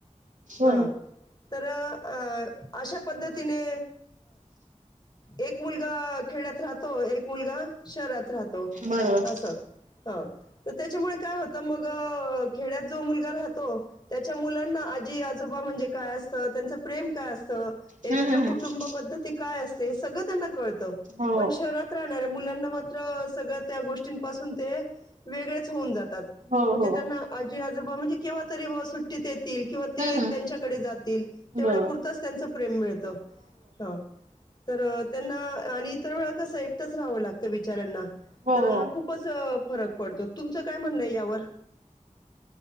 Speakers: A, on the right; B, on the left.
A: बोलो
B: हा तर अ अशा पद्धतीने एक मुलगा खेड्यात राहतो. एक मुलगा शहरात राहतो
A: बरोबर
B: असं. ह त त्याच्यामुळे काय होतं मग खेड्यात जो मुलगा राहतो त्याच्या मुलांना आजी आजोबा म्हणजे काय असतं. त्यांचं प्रेम काय असतं
A: हम्म
B: एकत्र
A: हम्म हम्म
B: कुटुंब पद्धती काय असते, हे सगळं त्यांना कळतं.
A: हो
B: पण शहरात राहणाऱ्या मुलांना मात्र सगळ्या त्या गोष्टींपासून ते वेगळेच होऊन जातात.
A: हो
B: म्हणजे
A: हो
B: त्यांना आजी आजोबा म्हणजे केव्हा तरी बा सुट्टीत येतील. किंवा
A: हम्म
B: ते
A: हम्म
B: त्यांच्याकडे जातील. तेवढ्या
A: बरोबर
B: पुुरतंच त्यांचं प्रेम मिळत. हो. तर त्यांना आणि इतर वेळा कसं एकटंच राहावं लागतं बिचारांना.
A: हो
B: तर हा खूप खूपच फरक पडतो. तुमचं काय म्हणणं यावर?